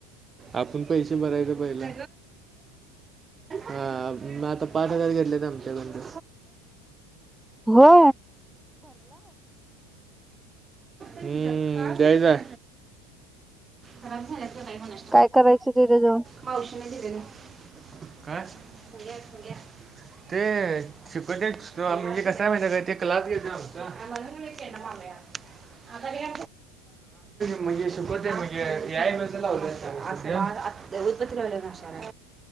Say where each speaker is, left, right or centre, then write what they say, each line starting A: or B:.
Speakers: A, on the right (about 25°); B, in the centre.
A: आपण पैसे भरायला पहिले हा म आता पाच हजार घेतलेत आमच्या द
B: हो
A: हम्म जाय ना खराब झाल्याचं काही म्हणत
B: काय करायचं तिरे जाऊन
A: पावश नाही त का घ ते शिक म्हणजे कस ते क्लास घेतम ये मामया खले म्हजे शपत आहे म्हणजेई लाव देत्पवले माशाला